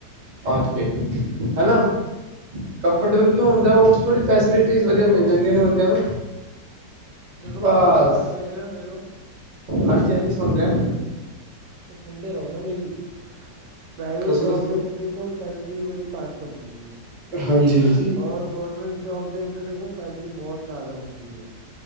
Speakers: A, on the right; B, on the right.
A: ਹਾਜੀ ਹਨਾ, ਕੰਫਰਟੇਬਲ ਕਿਉਂ ਹੁੰਦਾ ਓਥੇ ਥੋੜੀ ਫੈਸਿਲਿਟੀ ਵਧੀਆ ਮਿਲ ਜਾਂਣਗੇ ਨਾ ਬੰਦਿਆਂ ਨੂੰ
B: ਦੇਖੋ
A: ਬਾਸ
B: ਮੈਂ ਬਤਾਉਂ ਪ੍ਰਾਈਵੇਟ ਹੈਲੋ ਹੈਲੋ
A: ਹਾਂਜੀ-ਹਾਂਜੀ ਸੁਣ ਰੇਆ।
B: ਤੇ ਸੁਨਦੇ ਰਓ ਨਾਂ ਮੇਰੀ। ਪ੍ਰਾਈਵੇਟ
A: ਦੱਸੋ
B: ਜੋਬ
A: ਦੱਸੋ
B: ਦੇ ਅੰਦਰ ਦੇਖੋ, ਸੈਲਰੀ ਬੜੀ ਘੱਟ ਹੁੰਦੀਐ।
A: ਹਾਂਜੀ-ਹਾਂਜੀ।
B: ਔਰ ਗੌਰਮੈਂਟ ਜੋਬ ਅੰਦਰ ਦੇਖੋ, ਸੈਲਰੀ ਬੋਤ ਜਾਦਾ ਹੁੰਦੀਐ।